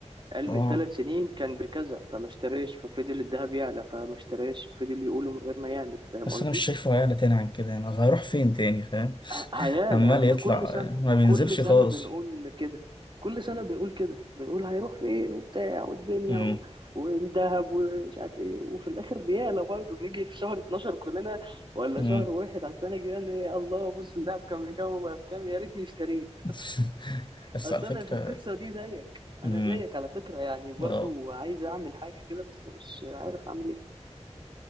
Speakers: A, on the right; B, on the left.
A: قال
B: اه
A: من ثلاث سنين كان بكذا فما اشتريش ففضل الذهب يعلى فما اشتريش فضل يقوله من غير ما يعمل فاهم
B: بس
A: قصدي؟
B: أنا مش شايفه هيعلى تاني عن كده يعني هيروح فين تاني فاهم
A: ه-
B: <laughs>
A: هيعلى
B: عمال
A: احنا
B: يطلع
A: كل سنة
B: ما بينزلش
A: كل سنة
B: خالص
A: بنقول كده كل سنة بنقول كده بنقول هيروح فين وبتاع والدنيا
B: مم.
A: و... والذهب ومش عارف ايه وفي الاخر بيعلى برضه بنيجي في شهر 12 كلنا ولا
B: مم.
A: شهر واحد على السنة الجاية إن الله بص الذهب كان بكام وبقى بكام يا ريتني اشتريت
B: <laughs> بس
A: اصل
B: على فكرة
A: انا في القصه دي زيك انا
B: مم.
A: زيك على فكره يعني برضو
B: اه
A: عايز اعمل حاجه كده بس مش عارف اعمل ايه